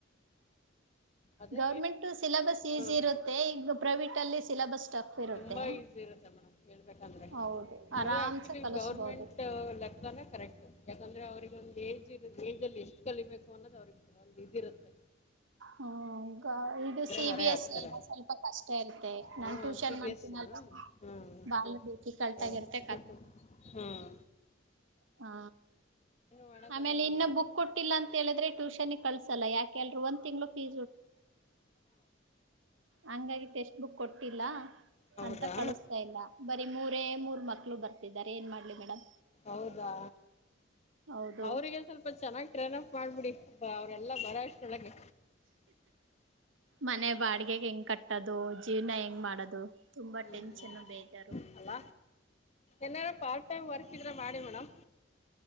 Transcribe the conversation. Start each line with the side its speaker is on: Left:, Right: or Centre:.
Left: ಅದೇ
Right: ಗೌರ್ಮೆಂಟ್ ಸಿಲೆಬಸ್ ಈಸಿ
Left: ಹಾಂ
Right: ಇರುತ್ತೆ ಈಗ ಪ್ರೈವೇಟ್ ಅಲ್ಲಿ ಸಿಲಬಸ್ ಟಫ್ ಇರುತ್ತೆ
Left: ತುಂಬಾ ಈಸಿ ಇರುತ್ತೆ ಮೇಡಮ್, ಹೇಳ್ಬೇಕಂದ್ರೆ
Right: ಹೌದು
Left: ಅಂದ್ರೆ
Right: ಆರಾಮ್ಸೆ
Left: ಆಕ್ಚುಲಿ
Right: ಕಲಿಸ್ಬೋದು
Left: ಗವರ್ಮೆಂಟ್ ಲೆಕ್ಕನ ಕರೆಕ್ಟ್ ಯಾಕಂದ್ರೆ ಅವ್ರಿಗೆ ಒಂದ ಏಜ್ ಇ ಏಜ್ ಅಲ್ಲಿ ಇಷ್ಟಟ್ ಕಲಿಬೇಕ ಫನೋದ ಅವ್ರಿಗೆ ಒಂದು ಇದ ಇರುತ್ತೆ.
Right: ಹ್ಮ್ ಇದು ಸಿ
Left: ಹೊರೆ
Right: ಬಿ
Left: ಹಾಕ್ತಾರೆ
Right: ಎಸ್ ಎ ಸ್ವಲ್ಪ ಕಷ್ಟ ಇರ್ತ್ತತೆ ನಾನ್
Left: ಹಾಂ
Right: ಟ್ಯೂಷನ್
Left: ಸಿ ಬಿ
Right: ಮಾಡ್ತೀನಲ್ವಾ
Left: ಎಸ್ಸಿನ ಹಾಂ
Right: ಬಾಳ ಡಿಫಿಕಲ್ಟ್
Left: ಹೌದು
Right: ಆಗಿರುತ್ತೆ
Left: ಸ್ವಲ್ಪ
Right: ಕ
Left: ಹಾಂ
Right: ಹಾ
Left: ಮಾಡಕ್ಕಾಗಲ್ಲ
Right: ಆಮೇಲೆ ಇನ್ನ
Left: ಮೇಡಮ್
Right: ಬುಕ್ ಕೊಟ್ಟಿಲ್ಲ ಅಂತ ಹೇಳಿದ್ರೆ ಟ್ಯೂಷನ್ ಕಳ್ಸಲ್ಲ ಯಾಕೆಲ್ರು ಒಂದ್ ತಿಂಗ್ಳ ಪೀ ಹಂಗಾಗಿ ಸ್ಟ್ ಬುಕ್ ಕೊಟ್ಟಿಲ್ಲ
Left: ಹೌದಾ
Right: ಅಂತ ಕಳಸ್ತಾ ಇಲ್ಲ ಬರಿ ಮೂರ ಮೂರು ಮಕ್ಕಳು ಬರ್ತಿದ್ದಾರೆ ಏನ್ ಮಾಡ್ಲಿ ಮೇಡಮ್.
Left: ಹೌದಾ
Right: ಹೌದು
Left: ಅವ್ರಿಗೆ ಸ್ವಲ್ಪ ಚೆನ್ನಾಗ್ತರನ ಮಾಡ್ಬಿಡಿ ಅವರೆಲ್ಲ ಬರೋ ಅಷ್ಟರೊಳಗೆ
Right: ಮನೆ ಬಾಡಿಗೆಗೆ ಹೆಂಗ ಕಟ್ಟದು. ಜೀವನ ಹೆಂಗ್ ಮಾಡೋದು. ತುಂಬಾ
Left: ಹ್ಮ್
Right: ಟೆನ್ಷನ್ ಬೇಜಾರು
Left: ಅಲ್ಲ ಏನಾರ ಪಾರ್ಟ್ ಟೈಮ್ ವರ್ಕ್ ಇದ್ರೆ ಮಾಡಿ ಮೇಡಮ್.